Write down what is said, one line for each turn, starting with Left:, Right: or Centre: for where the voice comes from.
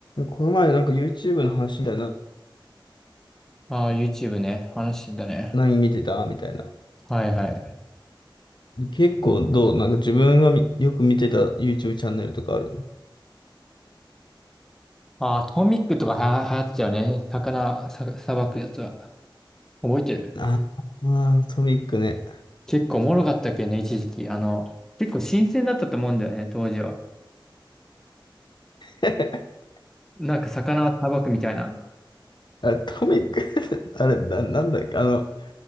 Left: この前なんか YouTube の話みたいな、
Centre: ああ、YouTube ね。話してたね。
Left: 何見てたみたいな。
Centre: はいはい。
Left: 結構どうなんか自分がみよく見てた YouTube チャンネルとかある
Centre: ああ、トミックとかは流行ってたよね。魚、さ、さばくやつは。覚えてる
Left: ああー、トミックね。
Centre: 結構おもろかったっけね、一時期。あの、結構新鮮だったと思うんだよね、当時は。
Left: <laughs>
Centre: なんか魚さばくみたいな。
Left: あれ、トミック <laughs> あれ、な、なんだっけ、あの、